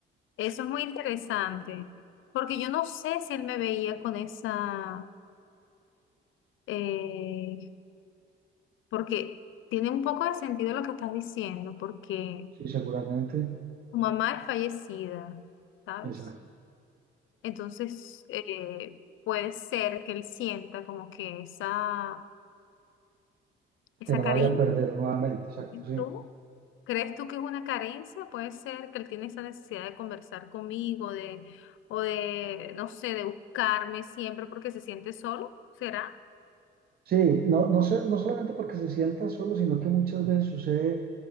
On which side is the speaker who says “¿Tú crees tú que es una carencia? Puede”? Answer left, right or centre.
Left